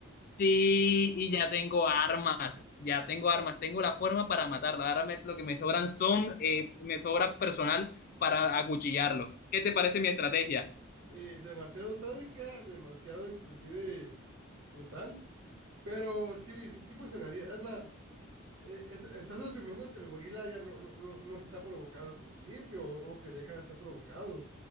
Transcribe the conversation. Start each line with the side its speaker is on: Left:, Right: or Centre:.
Left: sí, y ya tengo armas, ya tengo armas, tengo la forma para matarla. Ahora me- lo que me sobran son, eh, me sobra personal para acuchillarlo. ¿Qué te parece mi estrategia?
Right: eh, demasiado sádica, demasiado inclusive brutal, pero sí, sí funcionaría. Es más, eh, es- estás asumiendo que el gorila ya no, no, no- no está provocado al principio o, o que deja de estar provocado.